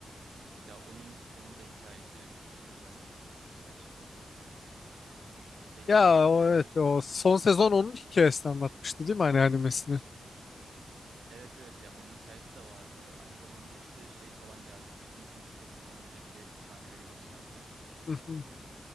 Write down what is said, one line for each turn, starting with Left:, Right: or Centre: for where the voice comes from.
Right: Ya onun onun da hikayesi üzücüydü bayağı açıkçası. Şeyi
Left: Ya
Right: de
Left: o
Right: e,
Left: evet o son
Right: heh,
Left: sezon onun hikayesini anlatmıştı değil mi hani animesini?
Right: evet evet ya onun hikayesi de vardı. Aynı zamanda işte şey falan geldi. İşte Infinity Castle'dan önceki sahneleri gösterdiler.
Left: Hı hı.